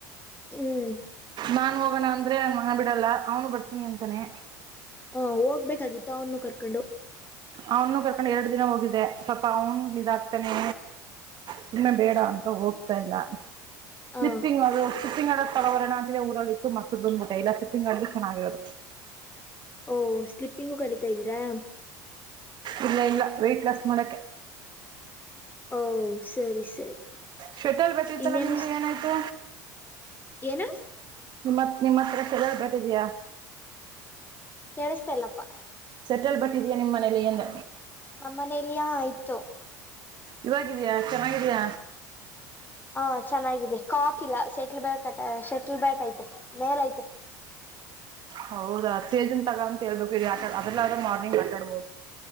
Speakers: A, on the left; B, on the right.
A: ಹ್ಮ್
B: ನಾನು ಹೋಗೋಣ ಅಂದರೆ ನನ್ನ ಮನ ಬಿಡಲ್ಲ ಅವನು ಬರ್ತೀನಿ ಅಂತಾನೇ
A: ಹ ಹೋಗ್ಬೇಕಾಗಿತ್ತು ಅವನ್ನು ಕರ್ಕೊಂಡು
B: ಅವನು ಕರ್ಕೊಂಡ್ ಎರಡ್ ದಿನ ಹೋಗಿದೆ ಸ್ವಲ್ಪ ಅವನು ಇದಾಗ್ತಾನೆ ಸುಮ್ಮನೆ ಬೇಡ ಅಂತ ಹೋಗ್ತಾ ಇಲ್ಲ
A: ಹ
B: ಸ್ಲಿಪ್ಪಿಂಗ್ ಅದು ಶಿಂಗ್ಡೋ ತಲವರಣ ಅಂತಿದೆ ಊರಲ್ಲಿ ಇತ್ತು ಮೊೂರು ಬಂದ್ಬಿಟ್ಟೆ ಇಲ್ಲ ಶಿಪಿಂಗ್ಲ್ಲಿ ಚನ್ನಾಗಿರೋದು
A: ಓಹ ಸ್ಲಿಪ್ಪಿಂಗು ಕಲಿತಾ ಇದ್ದೀರಾ
B: ಇಲ್ಲ ಇಲ್ಲ ವೆಯ್ಟಟ್ ಲಾಸ್ ಮಾಡಕ
A: ಓ ಸರಿ ಸರಿ
B: ಶೆಟ್ಟಲ್ ಬಟ್ಟಿತ್ತಲ್ಲ
A: ಇನ್ನೇನು
B: ನಿಮ್ಗೆ ಏನಾಯ್ತು
A: ಏನು
B: ನಿಮ್ಮತ್ ನಿಮ್ಮ ಹತ್ರ ಎಲ್ಲ ಬಟ್ಟಿದೀಯ
A: ಕೇಳಸ್ತೇ ಇಲ್ಲಪ್ಪಾ
B: ಕಲ್ ಬಟ್ಟಿದೀಾ ನಿಮ್ಮ ಮನೆಯಲ್ಲಿ ಎಂದ
A: ನಮ್ಮ ಮನೇೆಯಲ್ಲಿ ಆಾ ಆಯ್ತು
B: ಇವಾಗಿದ್ಯಾ ಚೆನ್ನಾಗಿದಯ
A: ಹಾ ಚೆನ್ನಾಗಿದೆ ಕಾಕ್ ಇಲ್ಲ ಶೆಟ್ಲ್ ಬ್ಯಾಟ್ ಶೆಟ್ಲ್ ಬ್ಯಾಟ್ ಐತೆ ಮೇಲ ಐತೆ
B: ಹೌದಾ ಸೇಜನ್ ತಗೋಂತ ಹೇಳ್ಬೇಕುರಿ ಆಟಾ ಅದ್ರಲ್ಲ ಆದ್ರೆ ಮಾರ್ನಿಂಗ್ ಆಟಾಡ್ಬೋದು